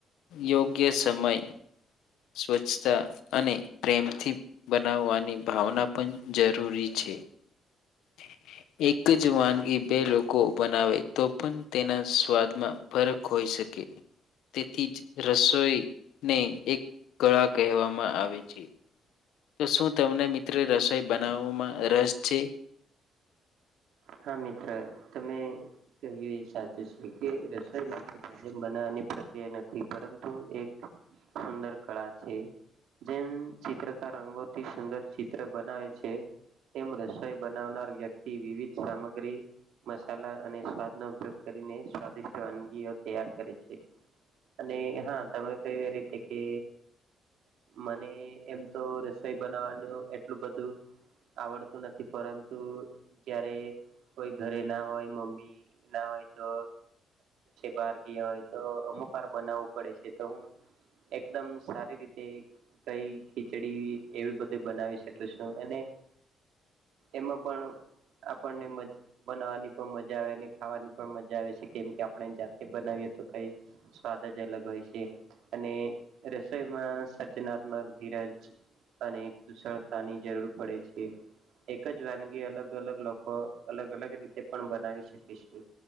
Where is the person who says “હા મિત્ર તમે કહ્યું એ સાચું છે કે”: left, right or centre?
Right